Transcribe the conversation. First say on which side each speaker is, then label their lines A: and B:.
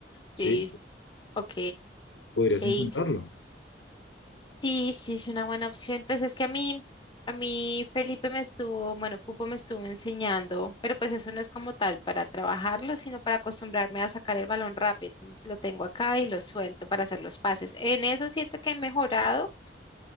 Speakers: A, on the left; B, on the left.
A: ¿sí?
B: Sí, ok.
A: Podrías
B: ok.
A: intentarlo.
B: Sí, sí, es una buena opción. Pues es que a mí, a mí Felipe me estuvo, bueno, Pupo me estuvo enseñando, pero pues eso no es como tal para trabajarlo, sino para acostumbrarme a sacar el balón rápido. Entonces lo tengo acá y lo suelto para hacer los pases. En eso siento que he mejorado,